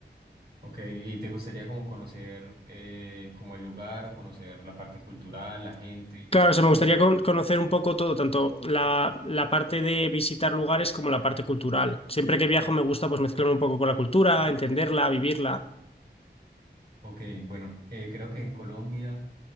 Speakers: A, on the right (about 60°); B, on the left (about 30°).
A: Ok, ¿y te gustaría como conocer eh, como el lugar o conocer la parte cultural, la gente?
B: Claro, o sea, me
A: O
B: gustaría
A: más?
B: con- conocer un poco todo, tanto la, la parte de visitar lugares como la parte cultural. Siempre que viajo me gusta pues mezclarme un poco con la cultura, entenderla, vivirla.
A: Ok, bueno, eh, creo que en Colombia